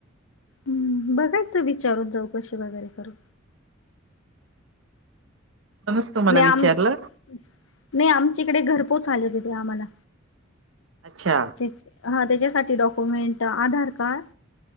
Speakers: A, on the left; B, on the right.
A: हम्म बघायचं विचारून जाऊ कसे वगैरे करून.
B: म्हणूनच तुम्हाला
A: नाही आम
B: विचारलं
A: नाही आमच्या इकडे घरपोच आले होते ते आम्हाला
B: अच्छा.
A: ह त्याच्यासाठी डॉक्युमेंट आधार कार्ड